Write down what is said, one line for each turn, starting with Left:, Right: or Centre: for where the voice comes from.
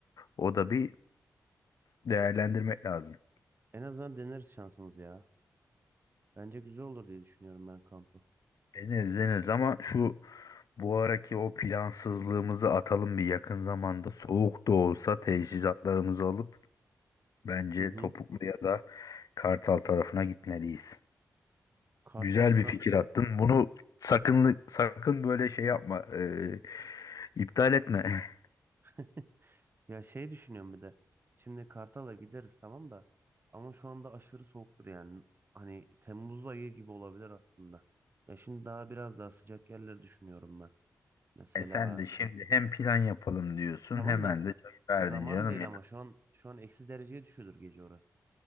Left: O da bir değerlendirmek lazım.
Right: En azından deneriz şansımız ya. Bence güzel olur diye düşünüyorum ben kampı.
Left: Deneriz deneriz ama şu bu araki o plansızlığımızı atalım bir yakın zamanda. Soğuk da olsa teçhizatlarımızı alıp bence
Right: Hı hı.
Left: Topuklu ya da Kartal tarafına gitmeliyiz.
Right: Kartal
Left: Güzel
Right: şu
Left: bir fikir
Right: an
Left: attın. Bunu sakın sakın böyle şey yapma. e, iptal etme. <laughs>
Right: <laughs> ya şey düşünüyorum bir de. Şimdi Kartal'a gideriz tamam da ama şu anda aşırı soğuktur yani. Hani Temmuz ayı gibi olabilir aslında. Ya şimdi daha biraz daha sıcak yerleri düşünüyorum ben. Mesela
Left: E sen de şimdi hem plan yapalım diyorsun
Right: tamam
Left: hemen
Right: da
Left: de çay verdin
Right: Zaman
Left: canım
Right: değil
Left: ya.
Right: ama şu an şu an eksi dereceye düşüyordur gece orası.